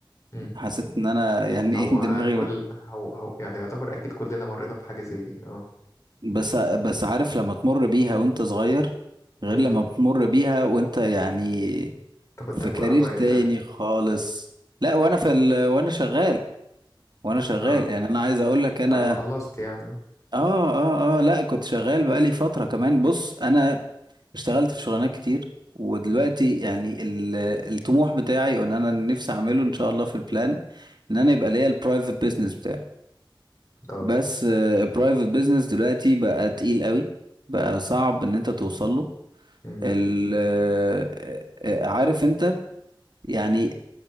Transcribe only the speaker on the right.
حسيت ان انا <laughs> يعني
ايه دماغي
بس بس عارف لما تمر بيها وانت صغير غير
لما بتمر بيها وانت يعني
في
كارير تاني
خالص لا وانا في ال... وانا شغال وانا شغال
يعني انا عايز اقول لك انا
اه اه اه لا كنت شغال بقالي فترة كمان بص انا اشتغلت في شغلانات كتير ودلوقتي
يعني ال- الطموح بتاعي وان انا نفسي اعمله ان شاء الله في البلان ان انا يبقى ليا البرايفت بيزنس بتاعي
بس البرايفت بيزنس دلوقتي بقى تقيل قوي بقى صعب ان انت توصل له
ال- آه، آه، عارف انت يعني